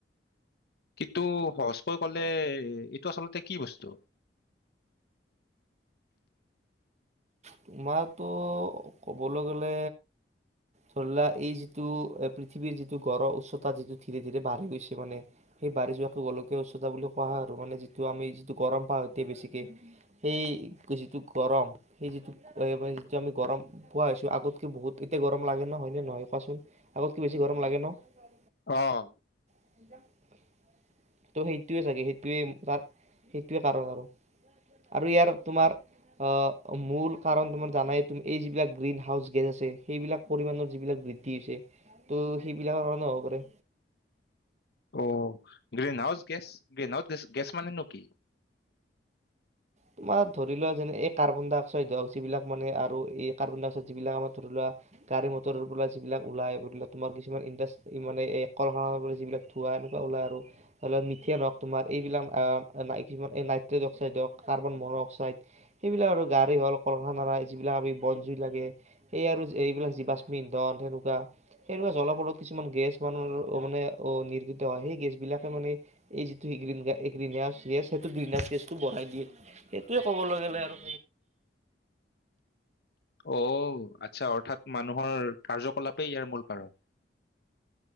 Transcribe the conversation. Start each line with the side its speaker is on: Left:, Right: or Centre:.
Left: কিন্তু সহজকৈ ক'লে এইটো আচলতে কি বস্তু?
Right: তোমাৰটো ক'বলৈ গ'লে ধৰিলোৱা এই যিটো পৃথিৱীৰ যিটো গঢ়-উচ্চতা যিটো ধীৰে- ধীৰে বাঢ়ি গৈছে মানে সেই বাঢ়ি যোৱাকৈ গোলকীয়া উচ্চতা বুলি কোৱা হয়। আৰু মানে যিটো আমি যিটো গৰম পাওঁ এতিয়া বেছিকে সেই যিটো গৰম সেই যিটো পুৱাই -পুৱাই যিটো আমি গৰম পোৱা হৈছো আগতকে বহুত এতিয়া গৰম লাগে ন', হয়নে- -নহয় কোৱাচোন আগতকে বেছি গৰম লাগে ন',
Left: অহ',
Right: <unintelligible> ত' সেইটোৱে চাগে সেইটোৱে তাৰ সেইটোৱে কাৰণ আৰু আৰু ইয়াৰ তোমাৰ আহ', মূল কাৰণ তোমাৰ জানাই এই যিবিলাক গ্ৰীণ হাউচ গেছ আছে, সেইবিলাক পৰিমমানৰ যিবিলাক বৃদ্ধি হৈছে ত', সেইবিলাকৰ কাৰণে হ'ব পাৰে।
Left: অ', green- house- gas, green gas মানে নু কি?
Right: তোমাৰ ধৰি লোৱা যেনে-এই কাৰ্বন- ডাই- -অক্সাইড হওক যিবিলাক মানে আৰু এই কাৰ্বন- ডাই- অক্সাইড যিবিলাক আমাৰ ধৰি লোৱা গাড়ী মটৰৰ পৰা যিবিলাক ওলাই, ধৰি লোৱা কিছুমান ইণ্ডাছট্ৰী মানে এই কল - কাৰখানাৰ পৰা যিবিলাক ধোৱা এনেকুৱা ওলায় আৰু ধৰি লোৱা মিথেইন হওক তোমাৰ এইবিলাক কিছুমান এই নাইট্ৰেজ -অক্সাইড হওক কাৰ্বন -মন-অক্সাইড সেইবিলাক আৰু গাড়ী হল কল- কাৰখানা, যিবিলাক আমি বন- জুই লাগে সেই আৰু এইবিলাক যি বাস্পি- ইন্ধন সেনেকুৱা-সেনেকুৱা জলপদত কিছুমান গেছ মানুহৰ মানে অ', নিৰ্গিত হয় সেই গেছবিলাকে মানে এই যিটো গ্ৰীণ -গ্ৰীণছ গেছ সেইটো গ্ৰীণছ গেছটো বঢ়াই দিয়ে। সেইটোৱে কবলৈ গ'লে আৰু,
Left: অ', আচ্ছা অৰ্থাৎ মানুহৰ কাৰ্যকলাপেই ইয়াৰ মূল কাৰণ।